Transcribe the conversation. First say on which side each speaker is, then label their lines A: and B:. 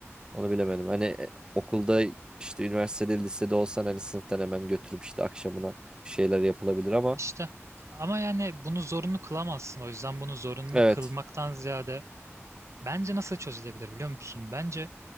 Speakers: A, on the right (about 15°); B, on the right (about 70°).
A: onu bilemedim. Hani e, okulda işte üniversitede lisede olsan hani sınıftan hemen götürüp işte akşamına bir şeyler yapılabilir ama
B: İşte ama yani bunu zorunlu kılamazsın. O yüzden bunu zorunlu
A: evet.
B: kılmaktan ziyade bence nasıl çözülebilir biliyor musun? Bence